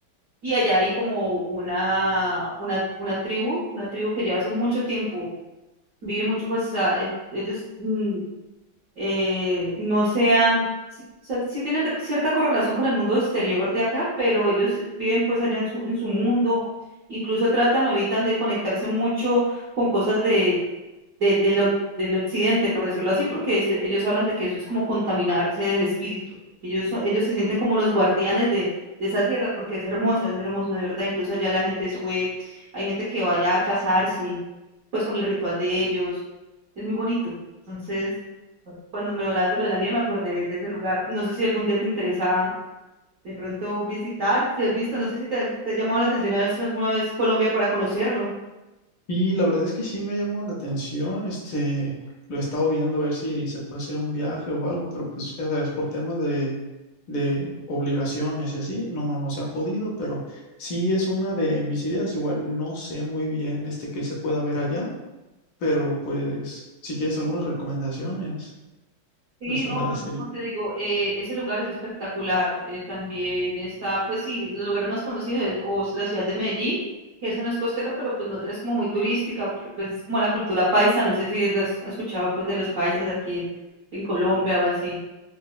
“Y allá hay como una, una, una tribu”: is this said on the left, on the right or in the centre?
Right